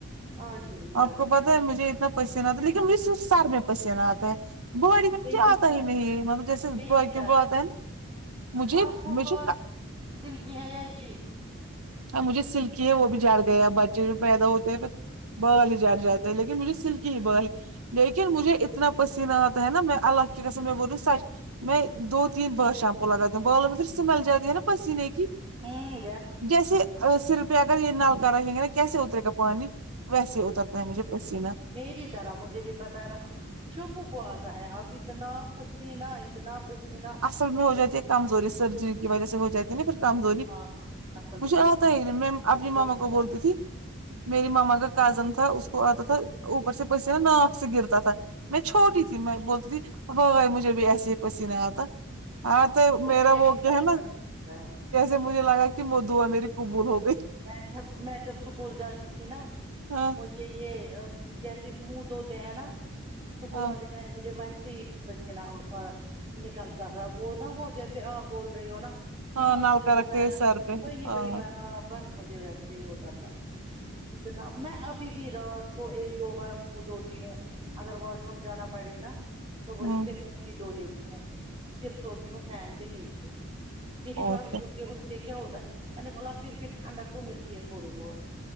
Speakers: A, on the right; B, on the right.
A: آج بھی نہیں
B: آپ
A: لگا
B: کو پتہ ہے مجھے اتنا پسینہ آتا ہے لیکن مجھ س سر میں پسینہ آتا ہے باڈی میں مجھے
A: میری
B: آتا
A: طرح
B: ہی نہیں مطلب جیسے
A: میری
B: باقیوں
A: طرح
B: کو آتا ہے نا مجھے
A: آپ کو
B: مجھے
A: بال
B: کا
A: سلکی ہے یا یہ
B: ہاں مجھے سلکی ہے وہ بھی جھڑ گیا بچے جو پیدا ہوتے ہیں بال ہی جھڑ جاتے ہیں لیکن مجھے سلکی ہی بال لیکن مجھے اتنا پسینہ آتا ہے نا میں الگ ٹھیک ہے سب میں بولوں سچ میں دو تین بار شیمپو لگاتا ہوں بالوں میں سمیل جاتی ہے نا پسینے کی
A: ہوں جا
B: جیسے ا سر پہ اگر یہ نل کا رہیں گے نا کیسے اترے گا پانی ویسے اترتا ہے مجھے پسینہ
A: تیری طرح مجھے بھی پتا ہے نا شبہو کو آتا ہے اب اتنا پسینہ اتنا پسینہ
B: اصل میں ہو
A: وہ
B: جاتی ہے کمزوری سرجری کی وجہ سے ہو جاتی نا پھر کمزوری
A: ہاں اصل
B: مجھے
A: میں یہی
B: آتا ہی نہیں میں
A: اس
B: اپنی ماما
A: اتنا
B: کو بولتی
A: نہیں
B: تھی میری ماما کا کزن تھا اس کو آتا تھا اوپر سے پیسے ناک سے گرتا تھا میں چھوٹی تھی میں بولتی تھی ہائے مجھے بھی ایسے ہی پسینہ آتا ہاں تو
A: مجھے
B: میرا
A: لیکن
B: وہ کیا
A: بچپن
B: ہے نا
A: سے آتا ہے
B: جسے مجھے لگا کہ وہ دعا میری قبول ہو گئی
A: میں جب میں جب اسکول جاتی تھی نا
B: ہاں
A: مج ھے یہ جیسے منہ دھوتے ہیں نا اسکول
B: ہاں
A: والے چاہے مجھے ویسے ہی پسین اف نکلتا تھا وہ نا وہ جیسے آپ بول رہے رہی ہو نا
B: ہاں
A: ناک
B: نلکا
A: سے وہ
B: رکھتے
A: بہنا
B: سر پہ
A: وہی
B: ہاں
A: وہی برابر مجھے ویسے ہی ہوتا تھا اتنا میں ابھی بھی رات کو ایک دو بار منہ دھوتی ہوں اگر واش روم جانا پڑے نا تو وہیں
B: ہوں
A: سے منہ بھی دھو لیتی ہوں پھر سوتی ہوں فین کے نیچے میری
B: اور
A: بھابھی
B: کیا
A: بولتی اس سے کیا ہوتا ہے میں نے بولا پھر بھی ٹھنڈک تو ملتی ہے تھوڑی بہت